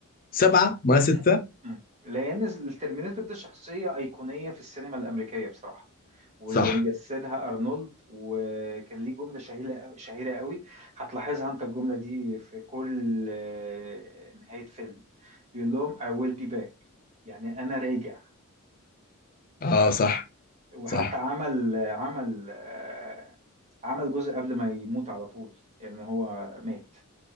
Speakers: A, on the left; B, on the right.
A: سبعة ما ستة
B: مم. مم. لان الترمينيتور ده شخصيه ايقونيه في السينما الامريكيه بصراحه واللي
A: صح
B: مجسدها ارنولد وكان ليه جمله شهيره شهيره قوي هتلاحظها انت الجمله دي في كل آه، نهايه فيلم بيقول لهم I will be back يعني انا راجع
A: اه صح
B: وحتى
A: صح
B: عمل عمل آه، عمل جزء قبل ما يموت على طول يعني هو مات